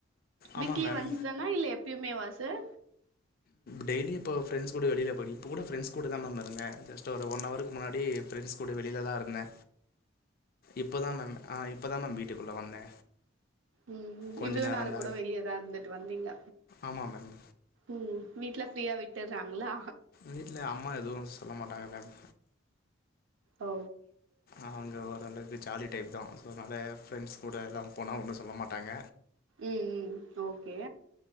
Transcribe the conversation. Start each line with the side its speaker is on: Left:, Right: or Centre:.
Left: ஆமா
Right: வீக்லி
Left: மேம்
Right: ஒன்ஸ் தானா இல்ல எப்பயுமே வாச <unintelligible>
Left: டெய்லி இப்போ ஃப்ரெண்ட்ஸ் கூட வெளியில போயி் இப்போ கூட ஃப்ரெண்ட்ஸ் கூட தா மேம் இருந்தே ஜஸ்ட் ஒரு ஒன் ஹவருக்கு முன்னாடி ஃப்ரெண்ட்ஸ் கூட வெளில தா இருந்தே இப்போ தா மேம் இப்போ தா மேம் வீட்டுக்குள்ள வந்தே
Right: ம்
Left: கொஞ்ச
Right: இவ்லோ
Left: நேரந்தா
Right: நெர கூட வெளியதா இருந்துட்டு வந்தீங்க
Left: ஆமா மேம்
Right: ம் வீட்ல ஃப்ரீயா விட்டுறாங்களா
Left: வீட்ல அம்மா எதுவு சொல்ல மாட்டாங்க மேம்
Right: ஒ
Left: அவங்க ஓரளவுக்கு ஜாலி டைப் தா சொ அதுனால ஃப்ரெண்ட்ஸ் கூட எல்லா போனா ஒன்னு சொல்ல மாட்டாங்க
Right: ம் ம் ஓகே